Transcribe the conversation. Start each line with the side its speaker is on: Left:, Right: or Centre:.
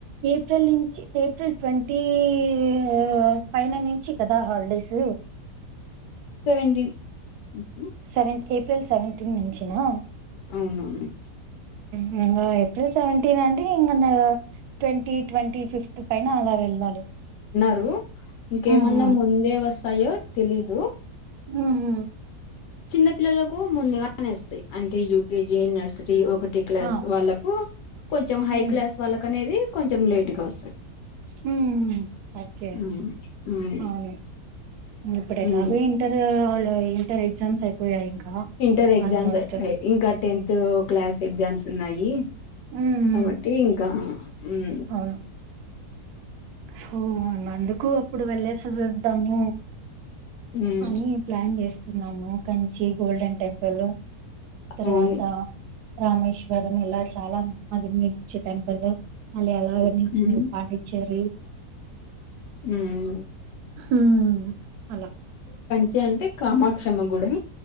Right: ఏప్రిల్ నుంచి ఏప్రిల్ ట్వంటీ ఎ ఏ పైన నుంచి కదా హాలిడేస్
Left: సెవెంటీన్ అ
Right: సెవెన్ ఏప్రిల్ సెవెంటీన్ నుంచినా
Left: అవునవును
Right: హు వ్వ ఏప్రిల్ సెవెంటీన్ అండి ఇంగ న ట్వంటీ ట్వంటీ ఫిఫ్త్ పైన అలా వెళ్ళాలి
Left: రు ఇంకేమన్నా
Right: హ్మ్ హ్మ్
Left: ముందే వస్ స్తాయో తెలీదు
Right: హు హు
Left: చిన్న పిల్లలకు ముందుగానోస్తాయి అంటే యూకేజీ నర్సరీ ఒ కటి క్లాస్
Right: ఆ
Left: వాళ్ళకు కొంచెం హై
Right: హ్మ్
Left: క్లాస్ వాళ్ళకు అనేది కొంచెం లేటుగా వస్తది,
Right: హ్మ్ ఓకే
Left: ఉమ్ ఉమ్
Right: అవును ఇప్పుడు ఎట్లాగో
Left: ఉమ్
Right: ఇంటరు వాళ్ళ ఇంటర్ ఎగ్జామ్స్ అయిపోయాయి ఇంకా
Left: ఇంటర్ ఎగ్జామ్స్
Right: ఆల్మోస్ట్
Left: అయిపోయాయ్, ఇంకా టెన్త్ క్లాస్ ఎగ్జామ్స్ ఉన్నాయి
Right: ఊహూ
Left: కాబట్టి ఇంకా ఉమ్
Right: అవును సో అందుకు అప్పుడు వెళ్లేసోస తము
Left: ఉమ్
Right: అని ప్లాన్ చేస్ స్తున్నాము కంచి గోల్డెన్ టెంపుల్ తర్వాత
Left: అవును
Right: రామేశ్వరం ఇలా చాలా మంచి మంచి టెంపుల్ మళ్ళీ అలాగ నించుని
Left: ఉమ్
Right: పాండిచ్చేరు
Left: ఊమ్
Right: హూ అలా
Left: చి అంటే కామాక్షమ్మ గుడా